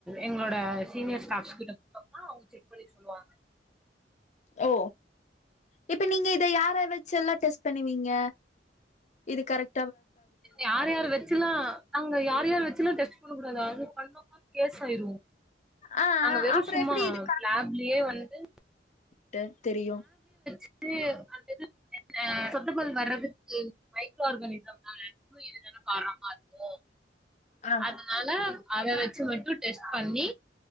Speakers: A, in the centre; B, on the left (about 40°).
A: எங்ளோட சீனியர் ஸ்டாப்ஸ் கிட்ட குடுத்தோனா அவுங்க செக் பண்ணி சொல்வாங்க
B: ஓ இப்ப நீங்க இத யார வச்சல்லாம் டெஸ்ட் பண்ணுவீங்க இது கரெக்ட்
A: யார் யார வச்சுலா அங்க யார் யார் வச்சுலா டெஸ்ட் குடுக்க எதாவது பண்ணோம்னா கேஸ் ஆய்ரூ
B: ஆ
A: நாங்க வெறு
B: அப்றோ
A: சும்மா
B: எப்டி இது
A: ப்ளான்லயே வந்து
B: த தெரியு
A: வந்து அந்த இது ஆஹ் சொத்த பல் வர்றதுக்கு மைக்ரோ ஆர்கானிசம் தான அப்போ இது தான காரணமா இருக்கோ
B: ஆ
A: அதனால அத வச்சு மட்டும் டெஸ்ட் பண்ணி